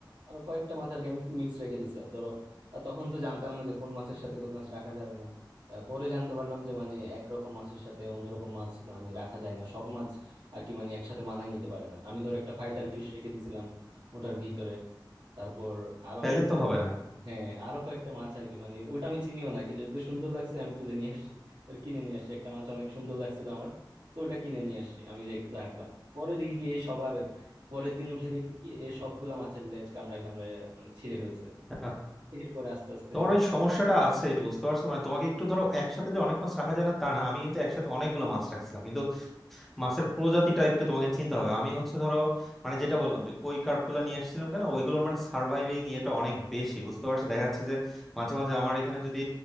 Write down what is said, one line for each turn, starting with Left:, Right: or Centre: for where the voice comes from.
Right: আরো কয়েকটা মাছ আর কি আমি মিক্স রেখে দিয়েছিলাম ধরো আহ, তখন তো জানতাম না যে কোন মাছের সাথে কোন মাছ রাখা যাবে না আহ, পরে জানতে পারলাম যে মানে একরকম মাছের সাথে অন্যরকম মাছ মানে রাখা যায় না সব মাছ আর কি মানে একসাথে মানায় নিতে পারে না আমি ধরো একটা ফাইটার ফিশ রেখে দিয়েছিলাম ওটার ভিতরে তারপর আরো
Centre: তাহলে তো হবে না
Right: হ্যাঁ আরো কয়েকটা মাছ আর কি মানে ওটা আমি চিনিও না কি যদি সুন্দর লাগছে আমি তুলে নিয়ে আসছি ধর কিনে নিয়ে আসছি একটা মাছ অনেক সুন্দর লাগছিল আমার তো ওটা কিনে নিয়ে আসছি আমি রেখ- রাখলাম পরে দেখি কি এ সবার পরের দিন উঠে দেখি কি এ সবগুলা মাছের লেজ কামড়ায় কামড়ায় মানে ছিঁড়ে ফেলছে
Centre: আহ,
Right: এরপরে আস্তে আস্তে
Centre: তোমার ওই সমস্যাটা আছে বুঝতে পারছো মানে তোমাকে একটু ধরো একসাথে যে অনেক মাছ রাখা যায় না তা না আমি কিন্তু একসাথে অনেকগুলো মাছ রাখছিলাম কিন্তু মাছের প্রজাতিটা একটু তোমাকে চিন্তা হবে আমি হচ্ছে ধরো মানে যেটা বললাম যে কই কার্প গুলা নিয়ে আসছিলাম কেন ওইগুলোর মানে সার্ভাইভিং ইয়েটা অনেক বেশি বুঝতে পারছো দেখা যাচ্ছে যে মাঝে মাঝে আমার এখানে যদি